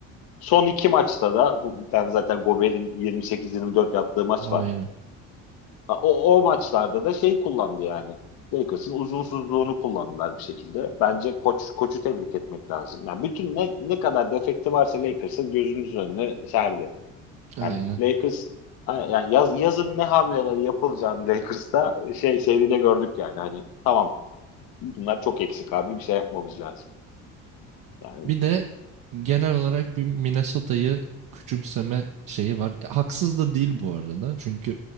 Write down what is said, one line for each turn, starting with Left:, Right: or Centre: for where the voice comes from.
Left: Son iki maçta da bu bir tane zaten Gobert'in 28-24 yaptığı maç
Right: aynen.
Left: var. Ha, O, o maçlarda da şey kullandı yani. Lakers'ın uzunsuzluğunu kullandılar bir şekilde. Bence koç koçu tebrik etmek lazım. Yani bütün ne ne kadar defekti varsa Lakers'ın gözümüzün önüne serdi.
Right: Aynen.
Left: Yani Lakers yani yaz, yazın ne hamleleri yapılacağını Lakers'ta şey seride gördük yani. Hani tamam bunlar çok eksik abi bir şey yapmamız lazım. Yani
Right: Bir de genel olarak bir Minnesota'yı küçümseme şeyi var. E, Haksız da değil bu arada. Çünkü